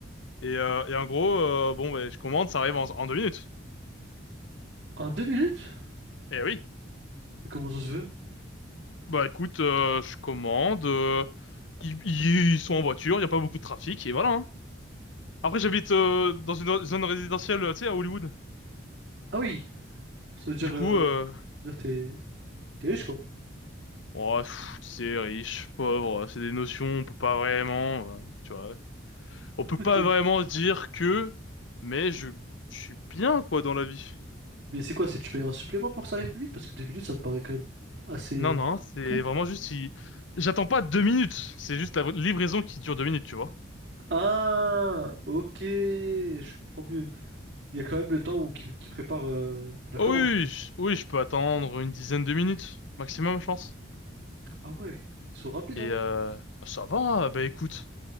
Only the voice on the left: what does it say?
Et, euh, et en gros, euh, bon, bah, je commande, ça arrive en, en deux minutes.
Eh oui.
Bah, écoute, euh, je commande, euh, ils, ils- ils sont en voiture, il n'y a pas beaucoup de trafic, et voilà, hein. Après, j'habite, euh, dans une zone résidentielle, euh, tu sais, à Hollywood.
Du coup,
euh,
oh, pff, tu sais, riche, pauvre, c'est des notions, on peut pas vraiment, euh, tu vois. On peut pas
vraiment dire que, mais je, je suis bien, quoi, dans la vie.
Non, non, c'est
vraiment juste si... J'attends pas deux minutes, c'est juste la livraison qui dure deux minutes, tu vois.
Oh
oui,
je- oui, je peux attendre une dizaine de minutes, maximum, je pense.
Et
euh, ah, ça va, bah écoute,